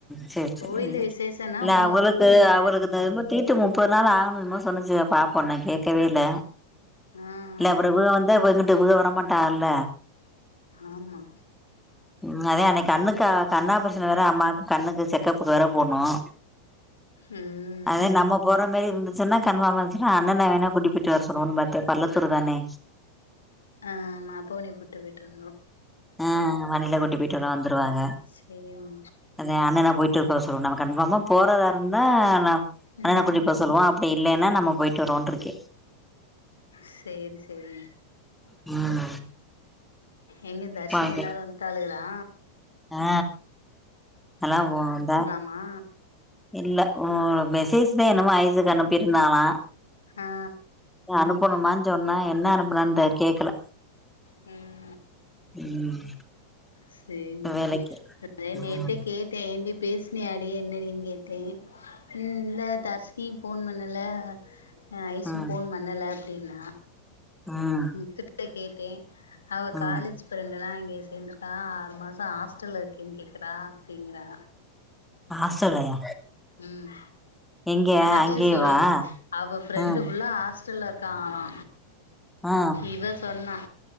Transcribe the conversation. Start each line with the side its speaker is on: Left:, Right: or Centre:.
Centre: சேர்
Left: கோயில்ல
Centre: சேரி
Left: விசேஷன்னா
Centre: இல்ல
Left: உள்ள
Centre: அவளுக்கு
Left: வர முடியாது
Centre: அவளுக்கு தகுந் கேட்டு முப்பது நாள் ஆகணு என்னம்மோ சொன்னுச்சு பாப்போம் நா கேக்கவேல்ல
Left: ஆ
Centre: இல்லங்க அப்றோ
Left: ஆ
Centre: இவுக வந்தா ‌ இவுகருந்துட்டு இவுக வரமாட்டாங்கல்ல
Left: ஆமா
Centre: உம் இது மாதி அன்னிக்கு கண்ணுக்கு கண்ணா ஆப்ரெஷ இங்க வேற அம்மாக்கு கண்ணுக்கு செக்கப்புக்கு வேற போணும்
Left: உம் உம்
Centre: அதே நம்ம போற மாரி இருந்துச்சுன்னா கன்ஃபார்ம் ஆச்சு‌ன்னா அண்ணன வேணா கூட்டிட்டு போட்டு வர சொல்வோ பாத்தேன் பள்ளத்தூர் தானே
Left: அ ஆமா அப்பாவே ஒன்ன கூட்டு போயிட்டு வந்துரு
Centre: ஆ வண்டில கூட்டி போயிட்டு ல்லா வந்துருவாக
Left: சேர்வோ
Centre: அத அண்ணன போயிட்டு இருபோ சொல்லோம் நம்ம கன்ஃபார்மா போறதா இருந்தா நா அண்ணன
Left: ம்
Centre: கூட்டிட்டு போ சொல்வோ அப்டி இல்லேனா நம்ம போய்ட்டு வருவோன்ருக்கே
Left: சேரி சேரி
Centre: ம்
Left: எங்க தர்ஷினி
Centre: வாங்க
Left: எல்லாரு வந்துட்டாளுகளா
Centre: ஆ நல்லா போ இந்தா
Left: மா
Centre: இல்ல ஓ மெசேஸ் தே என்னமோ ஐஸ்ஸுக்கு அனுப்பி இருந்தாகளா
Left: ஆ
Centre: அனுப்பனுமான் சொன்னா என்ன அனுப்புனான் தெ கேக்கல
Left: ம்
Centre: ம்
Left: சேரி
Centre: வேலைக்கு
Left: அதே
Centre: ம்
Left: நேத்தே கேட் டே ஏன்டி பேஸ்னியாடி என்னடின் கேட்டே ம் இல்ல தர்ஷ் தி ஃபோன் பண்ணல அ ஐஸ்ஸும்
Centre: ம்
Left: ஃபோன் பண்ணல அப்டின்னா
Centre: ம்
Left: முத்து கிட்ட கேட்டே அவ
Centre: ம்
Left: காலேஜ் ஃபிரண்டல்லா அங்கேயே சேந்துருக் தா ஆறு மாசோ ஹாஸ்டல்ல இருக்கேன் கேக்குறா அப்டிங்குறா
Centre: ஹாஸ்டல்லயா
Left: ம்
Centre: எங்க
Left: அதே
Centre: அங்கேயேவா
Left: சொல்லுது அவ ஃப்ரண்டு
Centre: ம்
Left: ஃபுள்ளா ஹாஸ் ஹாஸ்டல்லா இருக்காகலா
Centre: ஆ
Left: இவ சொன்னா